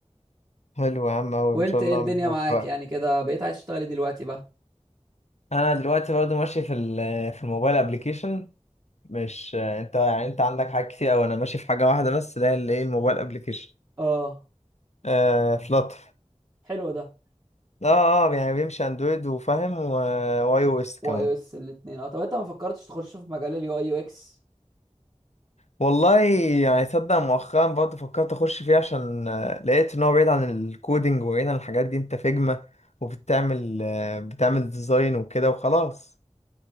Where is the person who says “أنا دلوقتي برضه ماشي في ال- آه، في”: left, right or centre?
Left